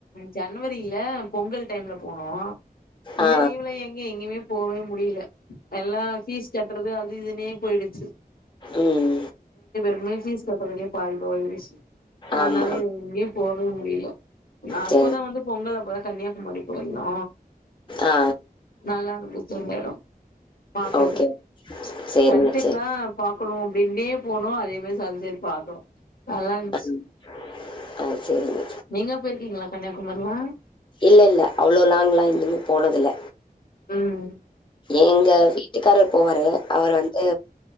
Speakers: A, on the left (about 70°); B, on the left (about 30°).
A: ஜனவரியில பொங்கல் டைம்லபோனோ இந்த
B: ஆ
A: லீவுல எங்க எங்கியுமே போவே முடியல எல்லா பீஸ் கட்டுறது அ து இதுனே போயிடுச்சி
B: ம்
A: <unintelligible> பாய் போய்ட்ஸ் அனால
B: ஆமா.
A: எங்கேயே போவே முடியல அப்பதா
B: சரி.
A: வந்து பொங்கல அப்பதா கன்னியாகுமரி போயிருந்தோ
B: ஆ
A: நல்லா இருந்துச்சி அந்த இடம் பாக்குறதுக்
B: ஓகே. சரிங்க
A: சன்செட்லா
B: சரி.
A: பாக் க்கணு அப்பிடின்னே போனு அதே பே சன்செட் பாக்கணு நல்லான்ச்சி
B: ம். ஆ சரிங்க.
A: நீங்க போயிருக்கீங்களா கன்னியா குமர்லா
B: இல்ல இல்ல அவ்ளோ லாங் எங்கியு போனதுல
A: ம்
B: எங்க வீட்டுக்காரர் போவாரு அவர் வந்து